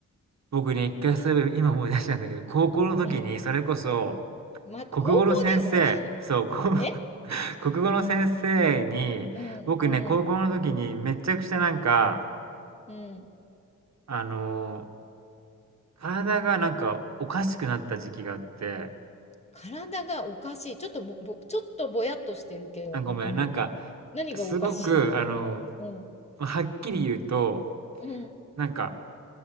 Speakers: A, on the right; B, on the left.
A: 僕ね、一回そういえば今思い出したんだけど、高校の時にそれこそ、
B: うん。ま、高校でも
A: 国語の先生、
B: <laughs>
A: そう、こ
B: え
A: 国語の先生に、
B: うん、
A: 僕ね、
B: うん、
A: 高校の時にめちゃくちゃなんか、
B: うん。
A: あのー体がなんかおかしくなった時期があって、
B: 体がおかしい。ちょっとぼ、ぼ、ちょっとぼやっとしてるけど、
A: あ、ごめん、
B: うん、うん。
A: なんか、
B: 何がおかしいの
A: すごく、あの
B: <laughs> うん、
A: ーはっきり言うと、
B: うん。
A: なんか、